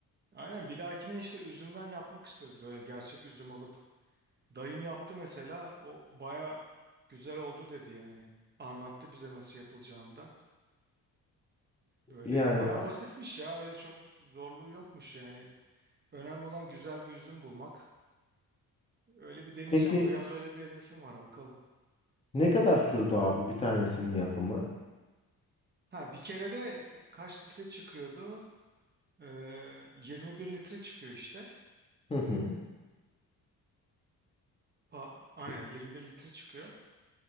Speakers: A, on the right; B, on the left.
A: Aynen bir dahakine işte üzümden yapmak istiyoruz böyle gerçek üzüm alıp. Dayım yaptı mesela o baya güzel oldu dedi yani. Anlattı bize nasıl yapılacağını da. Böyle
B: Yani
A: baya
B: a-
A: basitmiş ya öyle çok zorluğu yokmuş yani. Önemli olan güzel bir üzüm bulmak. Öyle bir deneyeceğim.
B: peki
A: Bu yaz öyle bir hedefim var bakalım.
B: ne kadar sürdü abi bir tanesinin yapımı?
A: Ha bir kere de kaç litre çıkıyordu? Ee, 21 litre çıkıyor işte.
B: Hı hı.
A: Pa- Aynen
B: Pe-
A: 21 litre çıkıyor.